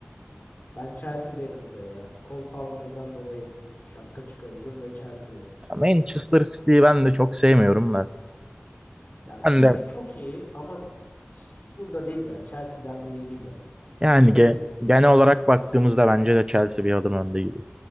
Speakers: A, on the left; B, on the right.
A: ben Chelsea derim buraya ya. Cole Palmer'dan dolayı şapka çıkarırım ve Chelsea derim.
B: Ya Manchester City'yi ben de çok sevmiyorum da.
A: Ya
B: Ben
A: City
B: de
A: çok iyi ama burada değil ya. Chelsea'den de iyi değil yani.
B: yani
A: Yani seç...
B: ge- genel olarak baktığımızda bence de Chelsea bir adım önde gibi.